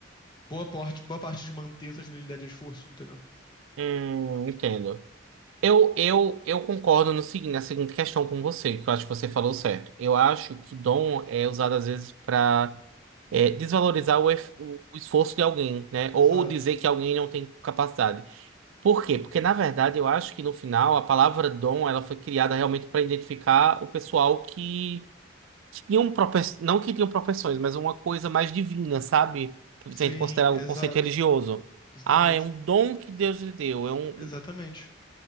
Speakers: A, on the left (about 20°); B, on the right (about 75°).
A: boa parte, boa parte de manter essa genialidade é esforço, entendeu?
B: hum, entendo. Eu, eu, eu concordo no seguinte, na seguinte questão com você, que eu acho que você falou certo. Eu acho que dom é usado às vezes para desvalorizar o, ef- o o esforço de alguém, né?
A: Exato.
B: Ou dizer que alguém não tem capacidade. Por quê? Porque, na verdade, eu acho que no final a palavra dom ela foi criada realmente para identificar o pessoal que tinham propensões, não que tinham propensões, mas uma coisa mais divina, sabe?
A: Sim,
B: Se a gente considerar
A: exato.
B: o conceito religioso.
A: Exatamente.
B: Ah, é um dom que Deus lhe deu, é um...
A: Exatamente.